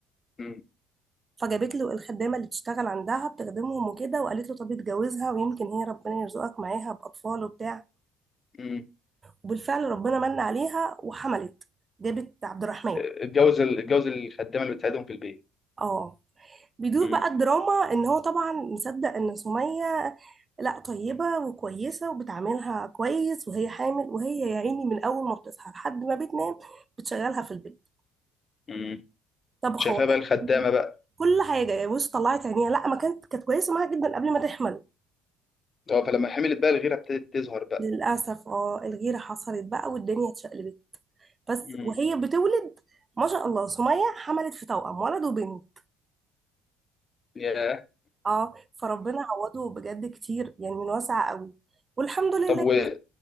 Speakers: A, on the left; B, on the right.
A: امم
B: فجابت له الخدامة اللي تشتغل عندها بتخدمهم وكده وقالت له طب اتجوزها ويمكن هي ربنا يرزقك معاها بأطفال وبتاع
A: امم
B: وبالفعل ربنا من عليها وحملت جابت عبد الرحمن
A: اتجوز ال- اتجوز الخدامة اللي بتساعدهم في البيت
B: اه بيدور
A: امم
B: بقى الدراما ان هو طبعا مصدق ان سمية لا طيبة وكويسة وبتعاملها كويس وهي حامل وهي يا عيني من اول ما بتصحى لحد ما بتنام بتشغلها في البيت
A: امم
B: طبخ
A: شايفاها
B: وغير
A: بقى الخدامة
B: <laughs>
A: بقى
B: كل حاجة يعني بص طلعت عينيها لا ما كانت كانت كويسة معاها جدا قبل ما تحمل
A: اه فلما حملت بقى الغيرة ابتدت تظهر بقى
B: للأسف اه الغيرة حصلت بقى والدنيا اتشقلبت بس
A: امم
B: وهي بتولد ما شاء الله سمية حملت في توأم ولد وبنت
A: ياه
B: اه فربنا عوضه بجد كتير يعني من واسع قوي والحمد لله
A: طب و-